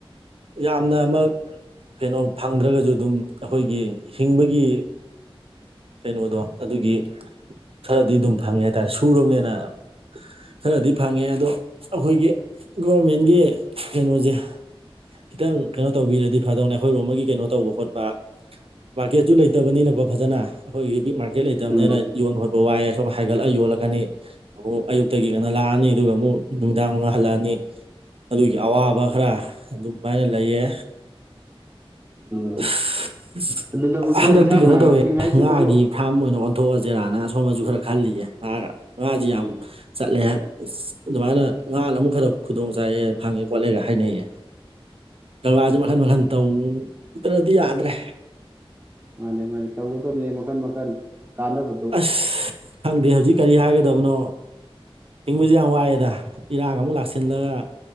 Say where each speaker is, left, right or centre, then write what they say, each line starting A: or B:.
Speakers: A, on the right (about 70°); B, on the right (about 20°).
A: ꯌꯥꯝꯅꯃꯛ ꯀꯩꯅꯣ ꯐꯪꯗ꯭ꯔꯒꯁꯨ ꯑꯗꯨꯝ ꯑꯩꯈꯣꯏꯒꯤ ꯍꯤꯡꯕꯒꯤ ꯀꯩꯅꯣꯗꯣ ꯑꯗꯨꯒꯤ ꯈꯔꯗꯤ ꯑꯗꯨꯝ ꯐꯪꯉꯦ ꯍꯥꯏꯇꯥꯔꯦ ꯁꯨꯔꯕꯅꯦꯅ ꯈꯔꯗꯤ ꯐꯪꯉꯦ ꯑꯗꯣ ꯑꯩꯈꯣꯏꯒꯤ ꯒꯣꯔꯃꯦꯟꯒꯤ ꯀꯩꯅꯣꯖ‌ꯦ ꯈꯤꯇꯪ ꯀꯩꯅꯣ ꯇꯧꯕꯤꯔꯗꯤ ꯐꯗꯧꯅꯦ ꯑꯩꯈ‌ꯣꯏꯔꯣꯝꯕꯒꯤ ꯀꯩꯅꯣ ꯇꯧꯕ ꯈꯣꯠꯄ ꯃꯥꯔꯀꯦꯠꯁꯨꯨ ꯂꯩꯇꯕꯅꯤꯅꯀꯣ ꯐꯖꯅ ꯑꯩꯈꯣꯏꯒꯤ ꯕꯤꯛ ꯃꯥꯔꯀꯦꯠ ꯂꯩꯇꯕꯅꯤꯅ
B: ꯎꯝ
A: ꯌꯣꯟ ꯈ‌ꯣꯠ ꯋꯥꯏ ꯑꯁꯨꯝ ꯍꯥꯏꯒꯠꯂ ꯌꯣꯜꯂꯛꯀꯅꯤ ꯑꯗꯨ ꯑꯌꯨꯛꯇꯒꯤ ꯉꯟ ꯂꯥꯛꯑꯅꯤ ꯑꯗꯨꯒ ꯑꯃꯨꯛ ꯅꯨꯃꯤꯗꯥꯡ ꯃꯨꯛ ꯍꯜꯂꯛꯑꯅꯤ ꯑꯗꯨꯒꯤ ꯑꯋꯥꯕ ꯈꯔ ꯑꯗꯨꯃꯥꯏꯅ ꯂꯩꯌꯦ
B: ꯎꯝ
A: <unintelligible>
B: ꯑꯗꯨꯗꯕꯨꯛꯇ
A: ꯍꯟꯗꯛꯇꯤ
B: ꯏꯟꯖꯥꯡ
A: ꯀꯩꯅꯣ
B: ꯃꯅꯥ
A: ꯇꯧꯋꯦ
B: ꯃꯁꯤꯡ ꯍꯥꯏꯁꯤꯗꯕꯨ
A: ꯉꯥꯒꯤ ꯐꯥꯔꯝ ꯑꯣꯏꯅ ꯑꯣꯟꯊꯣꯛꯑꯖ‌ꯦꯔꯥꯅ ꯁꯣꯝꯗꯁꯨ ꯈꯔ ꯈꯜꯂꯤꯌ‌ꯦ ꯑ ꯉꯥꯖꯤ ꯌꯥꯝ
B: ꯎꯝ
A: ꯆꯠꯂꯦ ꯑꯁ ꯑꯗꯨꯃꯥꯏꯅ ꯉꯅ ꯑꯃꯨꯛ ꯈꯔ ꯈꯨꯗꯣꯡ ꯆꯥꯏꯌꯦ ꯐꯪꯉꯦ ꯈꯣꯠꯂꯦꯒ ꯍꯥꯏꯅꯩꯌꯦ ꯖꯒꯥꯁꯦ ꯃꯈꯟ ꯃꯈꯟ ꯇꯧꯗ꯭ꯔꯗꯤ ꯌꯥꯗ꯭ꯔꯦ
B: ꯃꯥꯅꯦ ꯃꯥꯅꯦ ꯇꯧꯒꯗꯕꯅꯦ ꯃꯈꯟ ꯃꯈꯟ ꯀꯥꯟꯅꯕ
A: ꯑꯁ ꯈꯪꯗꯦ ꯍꯧꯖꯤꯛ ꯀꯔꯤ ꯍꯥꯏꯒꯗꯕꯅꯣ ꯍꯤꯡꯕꯁꯦ ꯌꯥꯝ ꯋꯥꯏꯑꯦꯗ ꯏꯔꯥꯡ ꯑꯃꯨꯛ ꯂꯥꯛꯁꯤꯜꯂꯛ